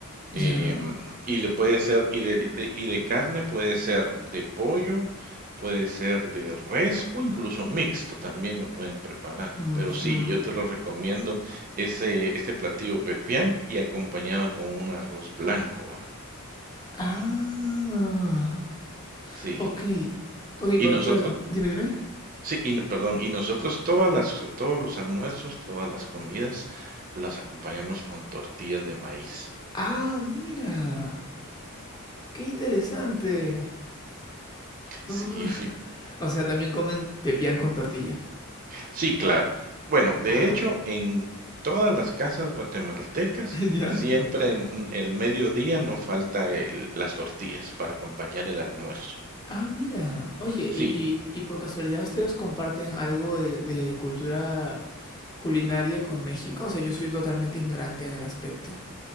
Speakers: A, on the left; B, on the right.
A: ya.
B: Em, y le puede ser, y de, de- y de carne puede ser de pollo, puede ser de res o incluso mixto también lo pueden preparar.
A: Ujú.
B: Pero sí, yo te lo recomiendo ese, este platillo pepián y acompañado con un arroz blanco.
A: Ah.
B: Sí,
A: Ok, ok,
B: y
A: pero
B: nosotros,
A: claro, dime, dime.
B: sí, y, no- perdón, y nosotros todas las, todos los almuerzos, todas las comidas, las acompañamos con tortillas de maíz.
A: Ah, mira, qué interesante. No,
B: Sí,
A: no, no.
B: fi-
A: <laughs> O sea, también comen pepián con tortilla.
B: sí, claro. Bueno, de
A: Wow.
B: hecho, en todas las casas guatemaltecas,
A: <laughs> ¿Ya?
B: siempre en el mediodía no falta el- las tortillas para acompañar el almuerzo.
A: Ah, mira. Oye,
B: Sí,
A: y, y, y por casualidad ustedes comparten algo de, de cultura culinaria con México? O sea, yo soy totalmente ignorante en el aspecto.